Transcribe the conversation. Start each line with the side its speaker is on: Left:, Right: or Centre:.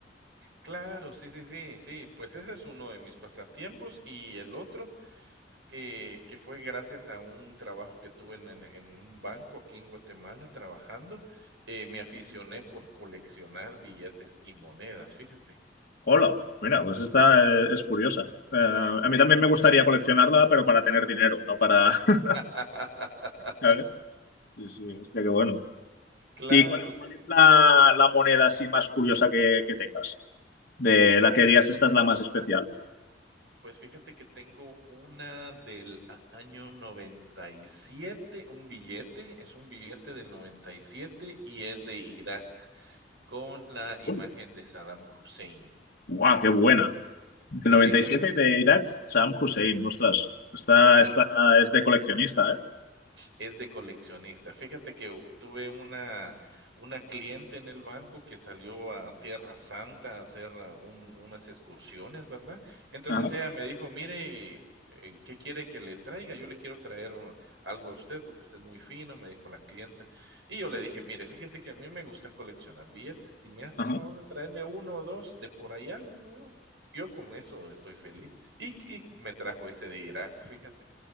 Right: Claro, sí, sí, sí, sí, pues ese es uno de mis pasatiempos y el otro que, que fue gracias a un trabajo que tuve en, en- en un banco aquí en Guatemala trabajando, eh, me aficioné por coleccionar billetes y monedas, fíjate.
Left: Hola, mira, pues esta eh, es curiosa. Eh, a mí también me gustaría coleccionarla, pero para tener dinero, no para... <laughs>
Right: <laughs>
Left: A ver, sí, sí, hostia, qué bueno.
Right: Claro,
Left: ¿Y cuál,
Right: sí.
Left: cuál es la, la moneda así más curiosa que, que tengas? De la que dirías, esta es la más especial.
Right: Pues fíjate que tengo una del a año 97, un billete, es un billete del 97 y es de Irak, con la imagen
Left: Hola.
Right: de Saddam Hussein.
Left: ¡Guau, qué buena! Del
Right: Fíjate
Left: noventa y siete de Irak, Saddam Hussein. Ostras, esta,
Right: sí,
Left: esta es de coleccionista, ¿eh?
Right: Es de coleccionista. Fíjate que u tuve una una cliente en el banco que salió a Tierra Santa a hacer ah, un unas excursiones, ¿verdad? Entonces
Left: Ajá,
Right: ella me dijo: "Mire, eh, ¿qué quiere que le traiga? Yo le quiero traer o algo a usted porque usted es muy fino", me dijo la clienta. Y yo le dije: "Mire, fíjese que a mí me gusta coleccionar billetes. Si me hace
Left: ajá.
Right: favor de traerme uno o 2 de por allá", le digo yo, "yo con eso estoy feliz". Y y me trajo ese de Irak, fíjate.